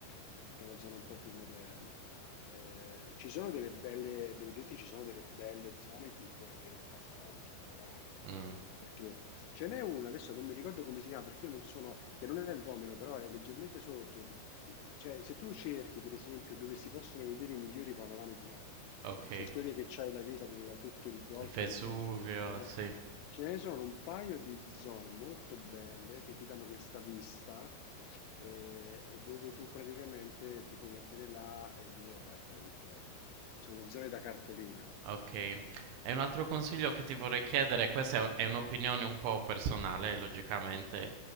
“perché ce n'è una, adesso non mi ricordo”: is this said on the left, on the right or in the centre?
Left